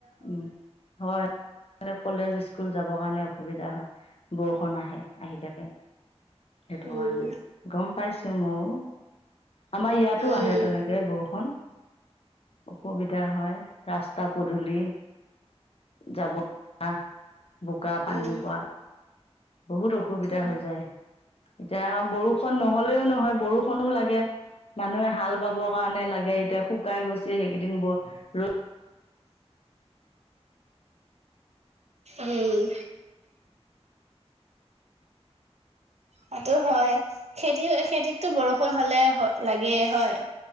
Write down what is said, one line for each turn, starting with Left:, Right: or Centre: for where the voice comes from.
Left: উম, হয়। <unintelligible> কলেজ স্কুল যাবৰ কাৰণে অসুবিধা হয়, বৰষূণ আহে, আহি থাকে। সেইটো
Right: উম,
Left: কাৰণে, গম পাইছো মওঁ, আমাৰ ইয়াতো
Right: উম,
Left: আহে তেনে দিয়ে বৰষুণ, অসুবিধা হয়। ৰাস্তা পদূলি, যাব <unintelligible> বোকা পানী
Right: উম,
Left: পৱা। বহুত অসুবিধা
Right: উম,
Left: হৈ যায়। এতিয়া আও বৰষুণ নহ'লেও নহয়, বৰষুণো লাগে। মানুহে হাল বাব কাৰণে লাগে, এতিয়া শুকাই গৈছে এইকেইদিন ব ৰ'দ
Right: উম। সেইটোও হয়, খেতি খেতিতটো বৰষুণ হ'লে লাগেই হয়।